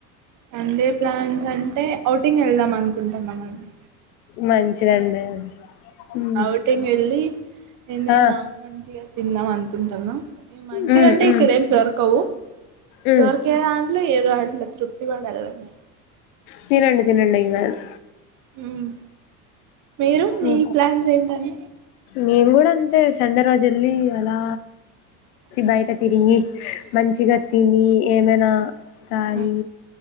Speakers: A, on the right; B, on the left.
A: సండే ప్లాన్స్ అంటే అవ్టింగ్ వెళ్దాం అనుకుంటున్నా మండి
B: మంచిదండి మ్మ్
A: అవుటింగ్ వెళ్ళి ఏదైనా
B: ఆ
A: మంచిగా తిందాం అనుకుంటున్నాం మంచిగాంటే
B: మ్మ్ మ్మ్
A: ఇక్కడ ఏమి దొరకవు
B: మ్మ్
A: దొరికే దాంట్లో ఏదో అట్ ట్ల తృప్తి పడాలండి
B: తినండి తినండి ఏం కాదు
A: ఉమ్ మీరు మీ
B: ఇంకా
A: ప్లాన్స్ ఏంటన్ డి
B: మేము కూడా అంతే సండే రోజు వెళ్ళి అలా
A: ఉమ్
B: బయట తిరిగి మంచిగా తిని ఏమైనా తాగి
A: ఉమ్